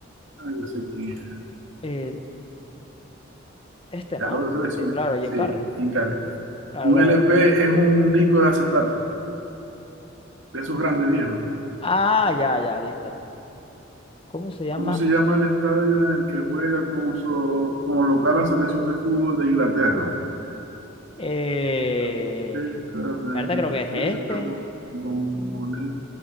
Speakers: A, on the right; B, on the left.
A: Ah, ya sé quién es.
B: Eh, este
A: Ya
B: no.
A: lo seleccioné.
B: Eh, claro, Jim
A: Sí,
B: Carrey.
A: Jim Carrey.
B: Claro,
A: Un
B: claro.
A: LP es un disco de acetato, de esos grandes viejos.
B: Ah, ya, ya, listo. ¿Cómo se llama?
A: ¿Cómo se llama el estadio en el que juega como, so- como local la selección de fútbol de Inglaterra?
B: Eh...
A: Azteca,
B: ¿Verdad?
A: de Inglaterra,
B: Creo que es este.
A: Bon- Bombonera,